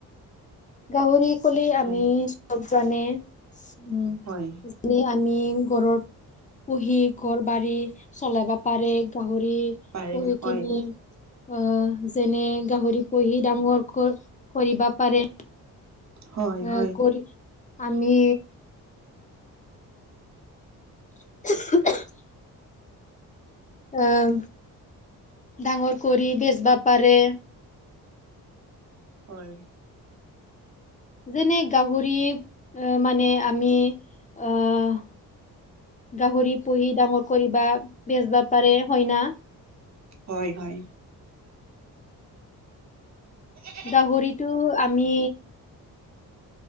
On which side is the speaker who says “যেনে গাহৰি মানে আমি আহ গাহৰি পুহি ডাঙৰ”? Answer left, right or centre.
Left